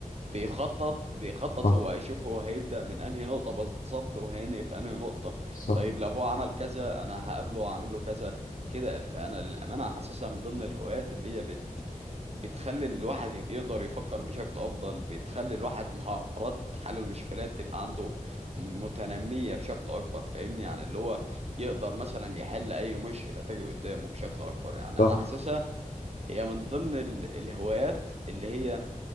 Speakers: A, on the right; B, on the left.
A: بيخطط بيخطط
B: صح
A: هو هيشوف هو هيبدأ من أنهي نقطة بالظبط وهينهي في أنهي نقطة
B: صح
A: طيب لو هو عمل كذا أنا هقابله وأعمل له كذا كده فأنا للأمانة حاسسها من ضمن الهوايات اللي هي بت بتخلي الواحد ي- يقدر يفكر بشكل أفضل بتخلي الواحد مهارات حل المشكلات تبقى عنده متنمية بشكل أكبر فاهمني يعني اللي هو يقدر مثلا يحل أي مشكلة تجي قدامه بشكل أكبر يعني
B: صح
A: أنا حاسسها هي من ضمن ال- الهوايات اللي هي